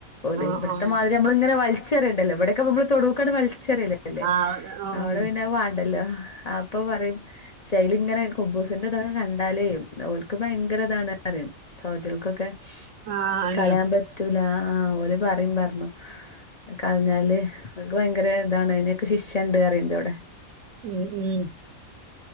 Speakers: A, on the left; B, on the right.
A: ഓലെയ്,
B: ആ
A: ഇവിടത്തെ
B: ആ
A: മാതിരി നമ്മൾ ഇങ്ങനെ വലിച്ചെറിയണ്ടല്ലോ ഇവിടെയൊക്കെ നമ്മള് തൊടുക്കണ്ട് വലി ചെറിയല്ലല്ലേ,
B: ആ
A: അവിടെ
B: ഉം,
A: പിന്നെ അത് വാണ്ടല്ലോ അപ്പൊ പറയും ശൈലി ഇങ്ങനെ. കുബൂസിന്റെ ഇതൊക്കെ കണ്ടാലേ ഓൽക്ക് ഭയങ്കര ഇതാണ് പറിം സൗദിൾക്കൊക്കെ.
B: ആ
A: കളയാൻ
B: ഞാൻ-
A: പറ്റൂല. ആഹ ഓല് പറ്യും പർഞ്ഞു, കളഞ്ഞാല്. ഓൽക്ക് ഭയങ്കര ഇതാണ് അയ്നൊക്കെ ശിക്ഷണ്ട് പറയ്ണ്ടവിടെ.
B: ഉം, ഉം.